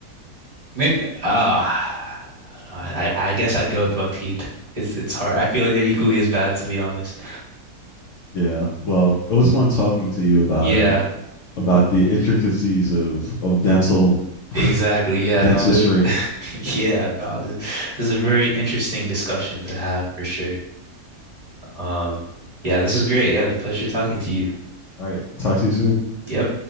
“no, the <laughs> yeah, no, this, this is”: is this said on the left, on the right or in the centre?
Right